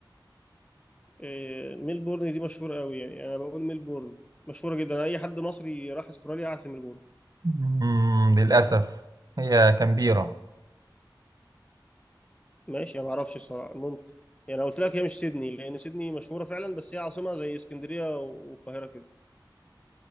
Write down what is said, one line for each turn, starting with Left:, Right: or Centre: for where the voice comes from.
Left: آه، ميلبورن دي مشهوره قوي يعني انا بقول ميلبورن مشهوره جدا اي حد مصري راح استراليا قاعد في ميلبورن
Right: مم، للأسف هي كامبيرا
Left: ماشي انا ما اعرفش الصراحه ممكن يعني أنا قلت لك هي مش سيدني لان سيدني مشهوره فعلا بس هي عاصمه زي اسكندريه والقاهره كده